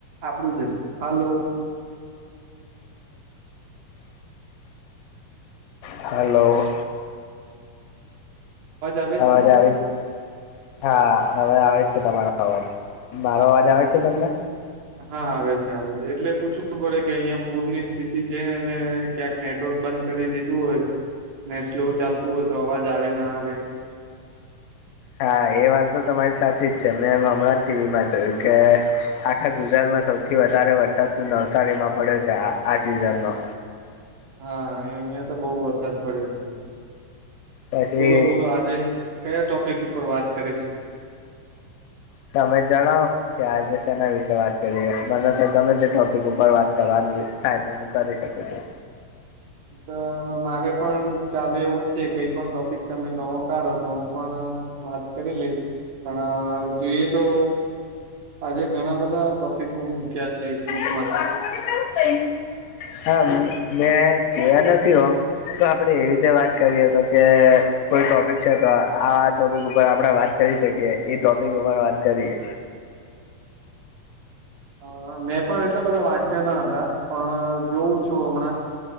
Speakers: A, on the right; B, on the left.
A: આપડું જજ hello.
B: Hello.
A: આવે
B: અવાજ
A: છે મારો
B: આવે છ, હા હવે આવે છે તમારો અવાજ. મારો અવાજ
A: આવે છે હા.
B: તમને
A: હા આવે છે આવે છે, એટલે પૂછવું પડે કે અહિયાં પૂર ની સ્થિતિ છે એને ક્યાંક નેટવર્ક બંધ કરી દીધું હોય, ને સ્લો ચાલતું હોય તો અવાજ આવે ના આવે.
B: હા, એ વાત તો તમારી સાચી જ છે. મેંમ હમણાં જ ટી વીમાં જોયું કે આખા ગુજરાતમાં સૌથી વધારે વરસાદ નવસારીમાં પડ્યો છે આ-આ સિઝન નો.
A: હા, એ અહિયાં તો બહું વરસાદ પડ્યો છે.
B: પછી
A: બોલો-બોલો આજે કયા ટોપિક ઉપર વાત કરીશું?
B: તમે જણાવો. કે આજે સેના વિશે વાત કરીએ, મને તો ગમે તે ટોપિક ઉપર વાત કરવાની થાય તો હું કરી શકું છું.
A: એમ તો મારે પણ ચાલે એવુંજ છે, કંઈ પણ ટોપિક તમે નવો કાઢો તો હું પણ વાત કરી લઈશ. પણ જોઈએ તો આજે ઘણા બધા ટોપિકો મૂક્યા છે ગ્રુપ
B: હા. મેં જોયા નથી ઓમ તો આપડે એવી રીતે વાત કરીએ તો કે કોઈ ટોપિક છે, તો આવા ટોપિક ઉપર આપણે વાત કરી શકીએ, એ ટોપિક ઉપર વાત કરીએ.
A: હા, હા મેં પણ એટલા બધા વાંચ્યા ન હતા, પણ જોવું છું હમણાં